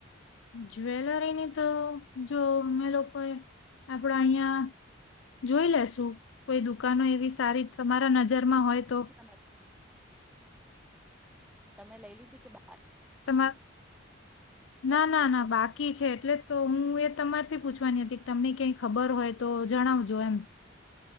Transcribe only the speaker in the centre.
તમે તમે લઈ લીધી કે બા